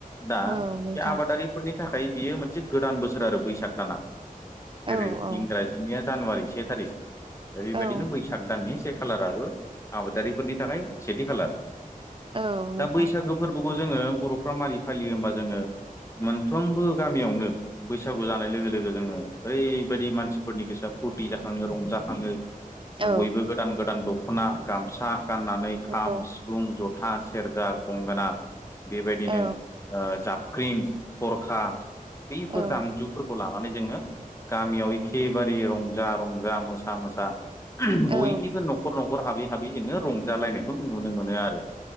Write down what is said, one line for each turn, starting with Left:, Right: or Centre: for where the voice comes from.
Left: दा
Right: औ नोंथां
Left: बे आबादारि फोरनि थाखाय बियो मोनसे गोदान बोसोर आरो बैसाग दाना
Right: औ
Left: जेरै
Right: औ
Left: इंराजि जिनिया जानुवारि से थारिख दा बेबायदिनो
Right: औ
Left: बैसाग दाननि से खालाराबो आबादारिफोरनि थाखाय सेथि खालार
Right: औ नोंथां
Left: दा बैसागो फोरबोखौ जोङो बर'फ्रा मारै फालियो होनोमबा जोङो मोनफ्रोमबो गामियावनो बैसागु जानाय लोगो लोगो जोङो ओरैबायदि मानसिफोरनि गोसोआ फुरथि जाखाङो रंजाखाङो
Right: औ
Left: बयबो गोदान गोदान दख'ना गामसा गाननानै खाम
Right: नंगौ
Left: सि फुं जथा, सेरजा, गंगोना बेबायदिनो
Right: औ
Left: ओ जाबख्रिम, थरखा बैफोर
Right: औ
Left: दामजुफोरखौ खौ लानानै जोङो गामियाव एखेबारे रंजा रंजा मोसा मोसा बयनिबो
Right: औ
Left: न'खर न'खर हाबै हाबै जोङो रंजालायनायखौ नुनो मोनो आरो।